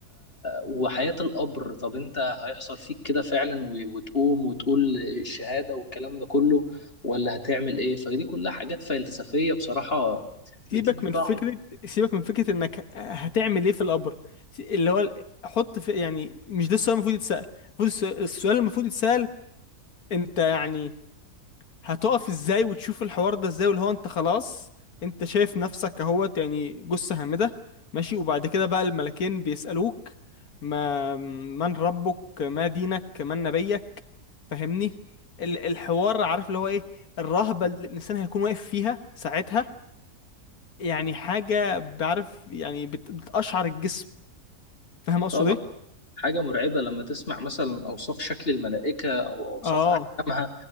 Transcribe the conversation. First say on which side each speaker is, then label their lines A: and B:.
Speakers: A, on the left (about 40°); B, on the left (about 75°).
A: وحياة القبر طب انت هيحصل فيك كده فعلا و- وتقوم وتقول الشهادة والكلام ده كله ولا هتعمل ايه فدي كلها حاجات فلسفية بصراحة بتدي
B: سيبك من
A: طعم
B: فكرة سيبك من فكرة انك هتعمل ايه في القبر اللي هو ال- حط في يعني مش ده السؤال المفروض يتسأل المفروض الس- السؤال المفروض يتسأل انت يعني هتقف ازاي وتشوف الحوار ده ازاي واللي هو انت خلاص انت شايف نفسك اهوت يعني جثة هامدة ماشي وبعد كده بقى الملكين بيسألوك ما من ربك ما دينك من نبيك فاهمني ال- الحوار عارف اللي هو ايه الرهبة اللي الانسان هيكون واقف فيها ساعتها يعني حاجة بعرف يعني بت- بتقشعر الجسم فاهم اقصد
A: طبعا
B: ايه؟
A: حاجة مرعبة لما تسمع مثلا أوصاف شكل الملائكة أو أوصاف
B: اه
A: أحكامها